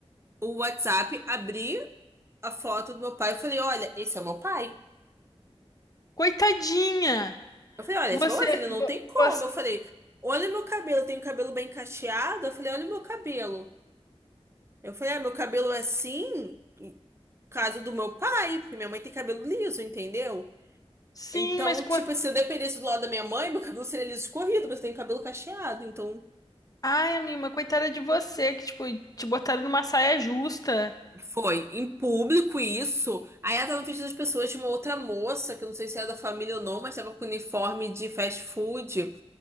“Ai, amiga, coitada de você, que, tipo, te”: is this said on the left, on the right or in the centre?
Left